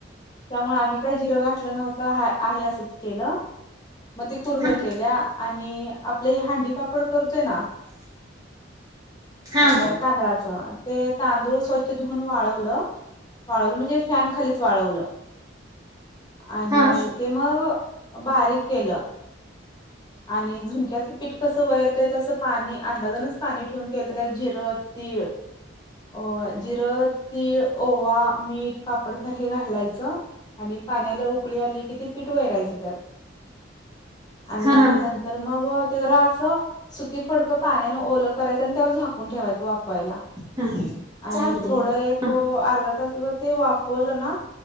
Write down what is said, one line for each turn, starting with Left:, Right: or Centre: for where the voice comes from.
Left: त्यामुळे आम्ही काहीई जिरं घातलं नव्हतंअ आ आहे असंच केलं मग ते कुरड्या
Right: हा
Left: केल्याअ आणि आपलं हे हांडीपापड करतोय ना
Right: हा
Left: अ
Right: हा
Left: तांदळाचा. तेअ तांदूळ स्वच्छ धुवून वाळवलंअ वाळवलंअ म्हणजे फॅन खालीचं वाळवलं आणि
Right: हा हा
Left: ते मगं अ बारीक केलं. आणि झुणक्याचं पीठ कसं वैरते तसं पाणी दादाणच पाणी ठेवून केलंत त्यात जी़रं, तीळ अ जिरं, तीळ, ओवा, मीठ, पापडखार हे घालायचं. आणि पाण्याला ऊकळी आली किई ते पिठं वैरायचं त्यात. आणि
Right: ख थरथर
Left: नंतर मग ते जरा असं सुती फडक पाण्यानंअ ओलं करायचं अन त्यावर झाकून ठेवायचं वाफवायला.
Right: हा
Left: आणि
Right: चाप
Left: थोडं
Right: दे
Left: एकहो
Right: ह
Left: अर्धा तासभर ते वापरलं ना